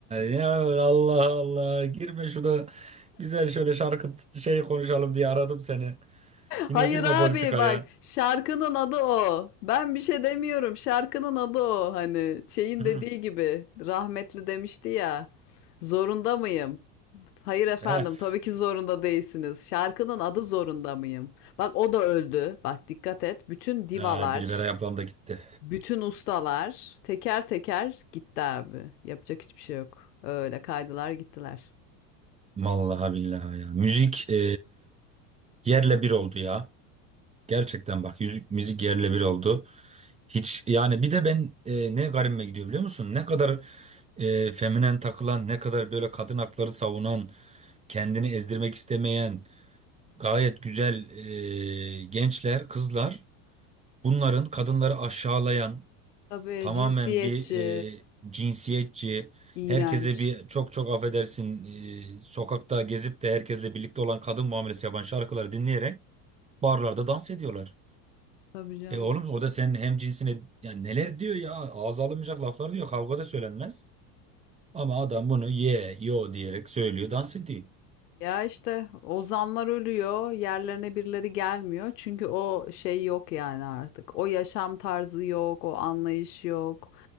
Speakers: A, on the right; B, on the left.
A: ya Allah Allah girme şurada güzel şöyle şarkı şey konuşalım diye aradım seni. Yine
B: Hayır
A: girme
B: abi
A: politikaya.
B: bak şarkının adı o. Ben bir şey demiyorum. Şarkının adı o. Hani şeyin
A: Hı.
B: dediği gibi rahmetli demişti ya. Zorunda mıyım? Hayır efendim
A: Heh.
B: tabii ki zorunda değilsiniz. Şarkının adı zorunda mıyım? Bak o da öldü. Bak dikkat et. Bütün divalar,
A: Aa, Dilberay ablam da gitti.
B: bütün ustalar teker teker gitti abi. Yapacak hiçbir şey yok. Öyle kaydılar gittiler.
A: Vallahi billahi ya. Müzik e, yerle bir oldu ya. Gerçekten bak yüzük, müzik yerle bir oldu. Hiç yani bir de ben e, ne garibime gidiyor biliyor musun? Ne kadar e, feminen takılan, ne kadar böyle kadın hakları savunan, kendini ezdirmek istemeyen, gayet güzel e, gençler, kızlar bunların kadınları aşağılayan,
B: Tabii
A: tamamen
B: cinsiyetçi,
A: bir e, cinsiyetçi,
B: iğrenç.
A: herkese bir çok çok affedersin e, sokakta gezip de herkesle birlikte olan kadın muamelesi yapan şarkıları dinleyerek barlarda dans ediyorlar.
B: Tabii canım.
A: E oğlum o da senin hem cinsine yani neler diyor ya ağza alınmayacak laflar diyor kavgada söylenmez. Ama adam bunu ye yo diyerek söylüyor dans ediyor.
B: Ya işte ozanlar ölüyor, yerlerine birileri gelmiyor. Çünkü o şey yok yani artık. O yaşam tarzı yok, o anlayış yok.